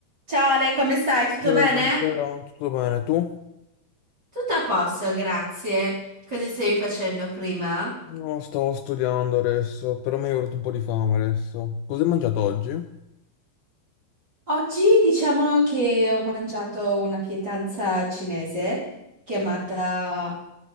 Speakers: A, on the right (about 25°); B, on the left (about 80°).
A: Ciao Ale, come stai? Tutto
B: Eh,
A: bene?
B: Buonasera, tutto bene? Tu?
A: Tutto a posto, grazie. Cosa stavi facendo prima?
B: No, stavo studiando adesso, però mi è venuto un po' di fame adesso. Cosa hai mangiato oggi?
A: Oggi diciamo che ho mangiato una pietanza cinese chiamata...